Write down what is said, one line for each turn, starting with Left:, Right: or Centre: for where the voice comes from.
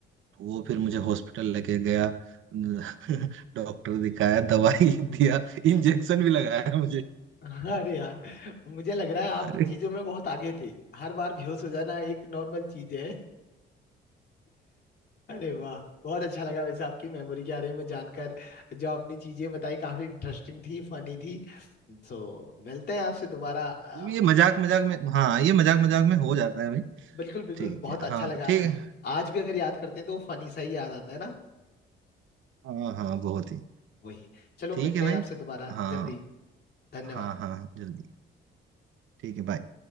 Right: वो फिर मुझे हॉस्पिटल लेके गया <laughs> डॉक्टर दिखाया दवाई <laughs> दिया इंजेक्शन भी लगाया मुझे
Left: अरे यार मुझे लग रहा है आप
Right: अरे
Left: इन चीजों में बहुत आगे थे हर बार बेहोश हो जाना एक नॉर्मल चीज है अरे वाह बहुत अच्छा लगा वैसे आपकी मेमोरी के बारे में जानकर जो आपने चीजें बताई काफी इंटरेस्टिंग थी फनी थी तो मिलते हैं आपसे दोबारा अ,
Right: ये मजाक मजाक में हाँ ये मजाक मजाक में हो जाता है भाई
Left: बिल्कुल बिल्कुल
Right: ठीक
Left: बहुत
Right: है
Left: अच्छा
Right: हाँ
Left: लगा
Right: ठीक है
Left: आज भी अगर याद करते हैं तो फनी सा ही याद आता है ना
Right: हाँ हाँ बहुत ही
Left: वही चलो
Right: ठीक
Left: मिलते
Right: है भाई
Left: हैं आपसे दोबारा
Right: हाँ
Left: जल्दी धन्यवाद
Right: हाँ हाँ जल्दी ठीक है बाय